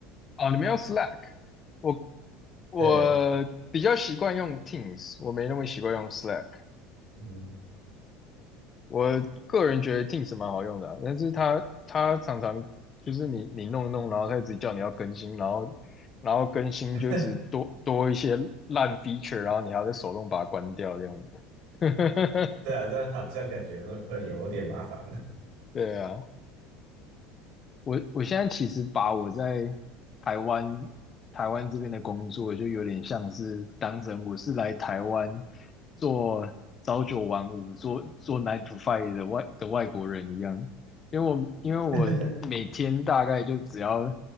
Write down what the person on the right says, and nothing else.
对。
嗯
<laughs>
对啊，这样好像感觉会会有点麻烦。
<laughs>